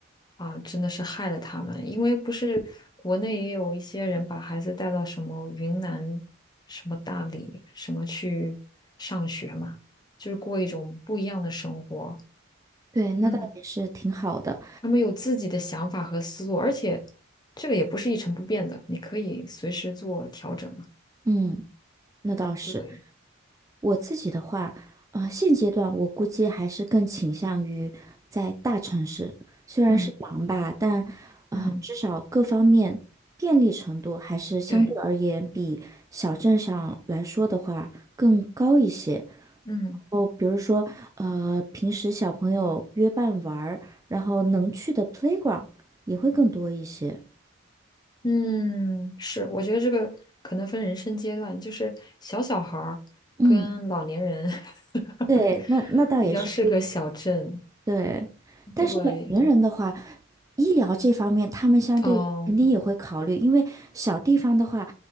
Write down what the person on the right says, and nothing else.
对，那倒也是挺好的。
嗯，那倒是。
我自己的话，呃，现阶段我估计还是更倾向于在大城市，虽然是忙吧，
但呃，
至少各方面便利程度还是相对而言比小镇上来说的话更高一些。
哦，比如说，呃，平时小朋友约伴玩儿然后能去的 playground 也会更多一些。
嗯，
对，那那倒也是。
对，但是老年人的话，
医疗这方面他们相对肯定也会考虑，
因为小地方的话，